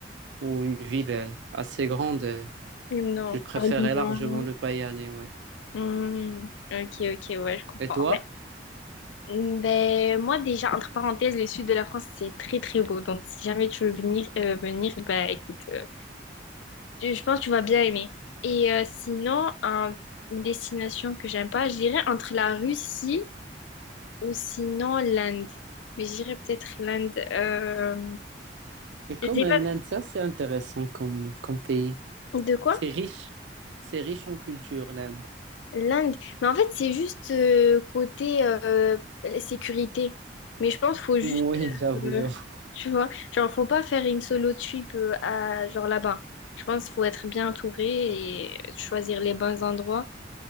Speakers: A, on the right (about 80°); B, on the left (about 85°).
A: ou une ville euh, assez grande, euh,
B: Non.
A: je préférerais
B: Par Lyon.
A: largement ne pas y aller, ouais.
B: Mhm. Ok, ok, ouais, je comprends.
A: Et toi?
B: Ben, Mm, Ben, moi, déjà, entre parenthèses, le sud de la France, c'est très, très beau. Donc, si jamais tu veux venir, euh, venir, ben, écoute, euh, je je pense que tu vas bien aimer. Et euh, sinon, un- une destination que j'aime pas, je dirais entre la Russie ou sinon l'Inde. Mais je dirais peut-être l'Inde. Euh,
A: Mais quand
B: je sais
A: même,
B: pas
A: l'Inde, ça, c'est intéressant comme, comme pays.
B: de quoi?
A: C'est riche, c'est riche en culture, l'Inde.
B: L'Inde, mais en fait, c'est juste euh, côté euh, la sécurité. Mais je pense qu'il faut juste,
A: Oui, j'avoue,
B: euh,
A: j'avoue.
B: tu vois, genre, faut pas faire une solo trip euh, à, genre là-bas. Je pense qu'il faut être bien entouré et choisir les bons endroits.